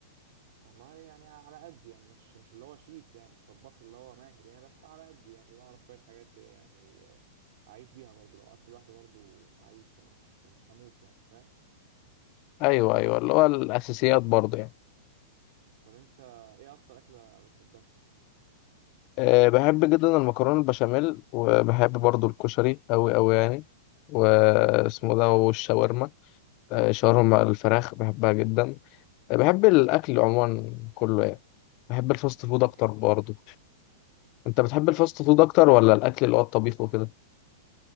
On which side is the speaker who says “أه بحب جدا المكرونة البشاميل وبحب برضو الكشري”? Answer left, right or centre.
Left